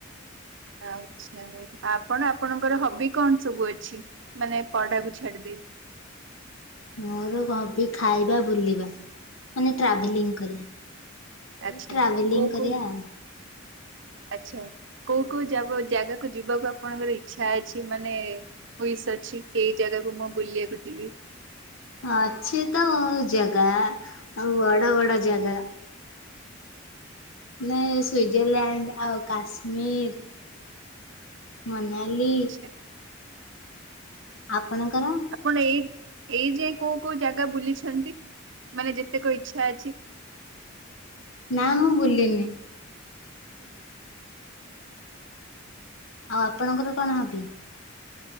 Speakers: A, on the right (about 65°); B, on the left (about 80°).
A: ଆଛା ଆପଣ ଆପଣଙ୍କର ହବି କଣ ସବୁ ଅଛି ମାନେ ପଢାକୁ ଛାଡିଦେଇ?
B: ମୋର ହବି ଖାଇବା ବୁଲିବା। ମାନେ ଟ୍ରାଭେଲିଂ କରିବା ଏଇ
A: ଆଚ୍ଛା
B: ଟ୍ରାଭେଲିଂ
A: କୋଉ
B: କରିବା।
A: କୋଉ ଆଚ୍ଛା କୋଉ କୋଉ ଯ ଜାଗାକୁ ଯିବାକୁ ଆପଣଙ୍କର ଇଚ୍ଛା ଅଛି ମାନେ ଉଇସ୍ ଅଛି ସେଇ ଜାଗାକୁ ମୁଁ ବୁଲିବାକୁ ଯିବି?
B: ଅଛି ତ ଉ ଜାଗା ଆଉ ବଡ ବଡ ଜାଗା ମାନେ ସୁଇଜରଲ୍ୟାଣ୍ଡ ଆଉ କାଶ୍ମୀର ମନାଲି
A: ଆଚ୍ଛା
B: ଆପଣଙ୍କର?
A: ଆପଣ ଏଇ ଏଇ ଯାଏ କୋଉ କୋଉ ଜାଗା ବୁଲିଛନ୍ତି ମାନେ ଯେତେକ ଇଚ୍ଛା ଅଛି?
B: ନା ମୁଁ ବୁଲିିନି। ଆଉ ଆପଣଙ୍କର କଣ ହବି?